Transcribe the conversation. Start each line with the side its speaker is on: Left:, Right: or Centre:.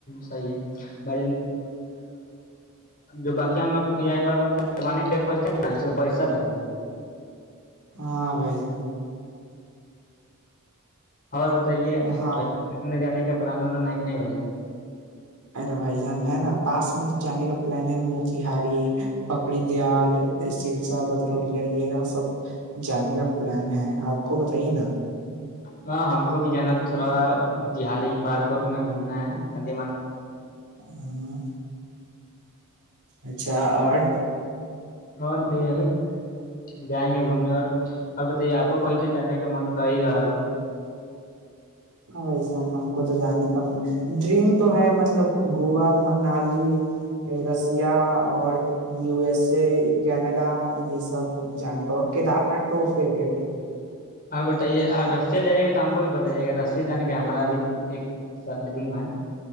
Left: صحی ہے بھ جو باقی ہم لوگ یہان کے لیےجتے ہیں نا اس پیسہ لگتا
Right: ہاں بائی جان
Left: اور بتائیےنے
Right: ہاں
Left: جانے کے پلان ل نہیں بے
Right: ارے بھائی جان ہے نا پاس میں تو جانے کا پلان ہے موتیہاری پکڑی دیال سرسا بترولیا یہ سب جانے کا پلان ہے آپ کو بتائیے نا
Left: ہاں ہم کو بھی جانا تھوڑا تہڑی پارک وارک میں گھومنا ہے گند م
Right: ہمو اچھا اور
Left: اور یہی جائیں گے گھومنے اور اور بتائیے آپ کو کہیں تو جانے کا من کر ہی رہے گا
Right: ہاں بھائی جان ہم کو تو جانے کا ڈریم تو ہے مطلب گووا منالی رسیا اور یو ایس اے کینیڈا یہ سب جانے کا اور کیدار ناتھ و فیوریٹ
Left: ہاں بتائیے آپ رسیا جائیے گا تو ہم کو بھی بتائیے گا رسیا جانے کا ہمارا بھی ایک س ڈریم ہے